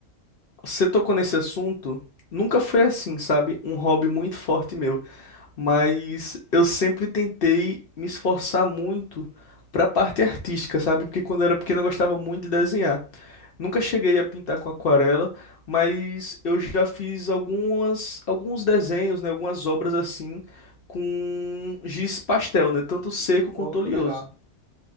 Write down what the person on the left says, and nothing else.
Você tocou nesse assunto? Nunca foi assim, sabe? Um hobby muito forte meu. Mas eu sempre tentei me esforçar muito pra parte artística, sabe? Porque quando eu era pequeno eu gostava muito de desenhar. Nunca cheguei a pintar com aquarela, mas eu já fiz algumas, alguns desenhos, né? Algumas obras assim com giz pastel, né? Tanto seco
quanto
oleoso.